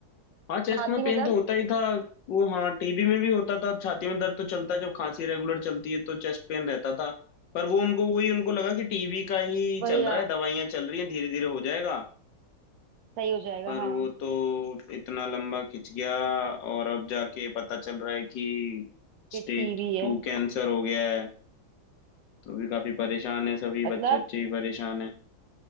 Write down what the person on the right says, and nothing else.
छाती
में दर्द
वही
रहा
सही हो जाएगा
हाँ
कि टीवी है
मतलब